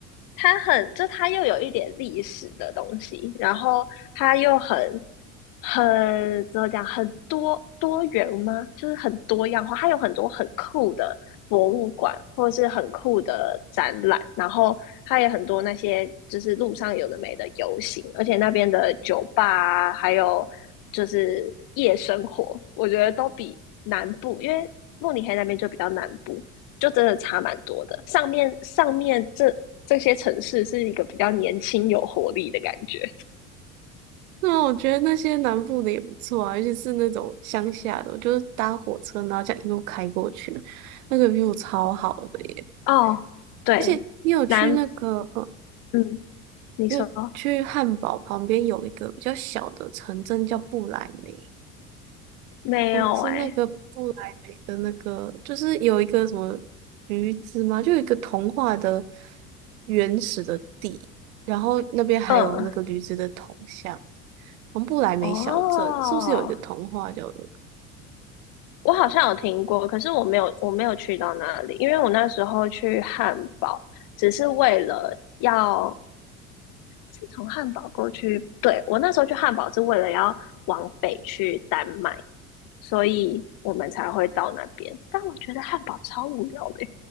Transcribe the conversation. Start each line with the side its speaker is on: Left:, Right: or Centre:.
Left: 它很，就它又有一点历史的东西，然后它又很很怎么讲，很多多元吗？就是很多样化，它有很多很酷的博物馆，或者是很酷的展览，然后它也很多那些就是路上有的没的游行，而且那边的酒吧啊还有就是夜生活，我觉得都比南部，因为慕尼黑那边就比较南部。就真的差蛮多的。上面上面这这些城市是一个比较年轻、有活力的感觉。
Right: 那我觉得那些南部的也不错啊，尤其是那种乡下的，我就是搭火车，然后这样一路开过去，那个 view 超好的耶！
Left: 哦，对，
Right: 而且你有去那个，
Left: 南，
Right: 呃，
Left: 嗯，你说
Right: 你有去汉堡旁边有一个比较小的城镇叫布莱梅，
Left: 没有哎、
Right: 嗯，是那个布莱梅的那个，就是有一个什么驴子吗？就有一个童话的原始的地，然后那边还有那个驴子的铜像，
Left: 嗯，
Right: 我们布莱梅小镇是不是有一个童话叫做？
Left: 哦，我好像有听过，可是我没有，我没有去到那里，因为我那时候去汉堡，只是为了要，是从汉堡过去，对，我那时候去汉堡是为了要往北去丹麦，所以我们才会到那边。但我觉得汉堡超无聊的，